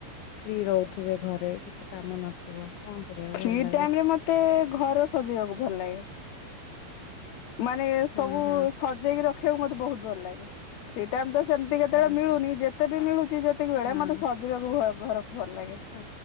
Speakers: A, on the left (about 85°); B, on the left (about 60°).
A: ଫ୍ରି ରହୁ ଥିବେ ଘରେ କିଛି କାମ ନଥିବ। କଣ କରିବାକୁ
B: ଫ୍ରି
A: ଭଲ ଲାଗେ?
B: ଟାଇମ ରେ ମତେ ଘର ସଜେଇବାକୁ ଭଲ ଲାଗେ। ମାନେ ସବୁ
A: ହଁ ହଁ
B: ସଜେଇକି ରଖିବାକୁ ମତ ବହୁତ ଭଲ ଲାଗେ ଫ୍ରୀ ଟାଇମ ତ। ସେମିତି କେତେବେଳେ
A: ହଁ
B: ମିଳୁନି ଯେତେ ବି ମିଳୁଛି ଯେତିକି ବେଳେ
A: ହଁ
B: ମତେ ସଜେଇବାକୁ ଭଲ ଭଲ ଲାଗେ
A: ହଁ